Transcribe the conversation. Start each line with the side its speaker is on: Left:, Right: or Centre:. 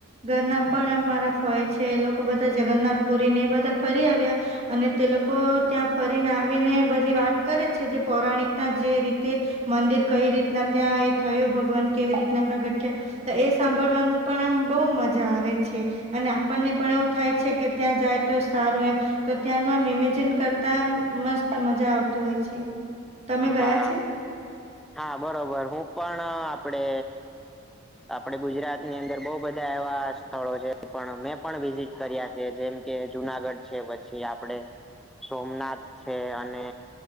Right: ઘરના પણ આ મારા ફય છે એ લોકો બધા. જગન્નાથ પુરી ને એ બધા ફરી આવ્યા. અને તે લોકો ત્યાં ફરીને આવીને બધી વાત કરે છે જે પૌરાણિકતા જે રીતે. મંદિર કઈ રીતના ત્યાં એ થયું ભગવાન કેવી રીતના પ્રગટયા તો એ સાંભળવાનું પણ એમ બહુ મજા આવે છે અને આપણને પણ એવું થાય છે કે ત્યાં જાય તો સારું એમ તો ત્યાંનું આમ ઇમેજિન કરતા મસ્ત મજા આવત હોય છે. તમે ગયા
Centre: હા
Right: છે
Centre: હા બરોબર હું પણ. આપડે આપડે ગુજરાતની અંદર બહ બધા એવા. સ્થળો છે પણ મેં પણ વિઝિટ કર્યા છે જેમ કે જુનાગઢ છે પછી આપડે. સોમનાથ છે અને